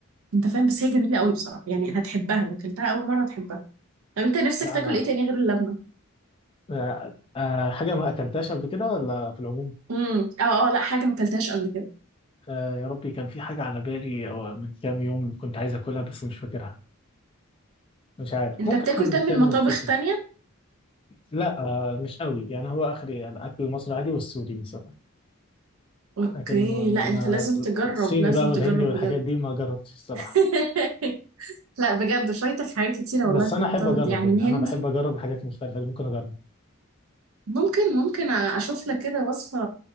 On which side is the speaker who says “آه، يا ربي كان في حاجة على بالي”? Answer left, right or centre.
Left